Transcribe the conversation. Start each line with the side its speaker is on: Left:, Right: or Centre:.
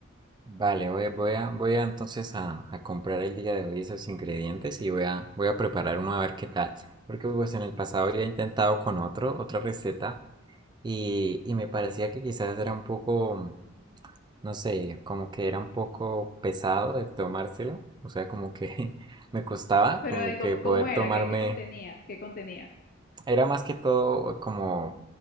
Right: Vale, voy a, voy a, voy a entonces a, a comprar el día de hoy esos ingredientes y voy a, voy a preparar uno a ver qué tal. Porque pues en el pasado ya he intentado con otro, otra receta y, y me parecía que quizás era un poco, no sé, como que era un poco pesado de tomárselo. O sea, como que <laughs> me costaba
Left: Pero
Right: como
Left: de cómo,
Right: que poder
Left: cómo era,
Right: tomarme
Left: ¿Qué, qué contenía, qué contenía.
Right: era más que todo como